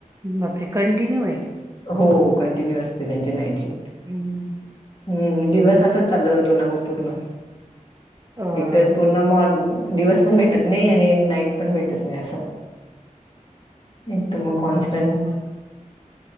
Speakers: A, on the right; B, on the left.
A: बापरे कंटिन्यू आहे.
B: हो कंटिन्यू असते त्यांची नाईट शिफ्ट.
A: हम्म
B: हम्म दिवस असाच चालत जातो. ना मग पूर्ण
A: हो
B: एक तरर पूर्ण, मॉर् दिवस पण भेटत नाही, आणि नाईट पण भेटत नाही, असं एक तर म कॉन्स्टंट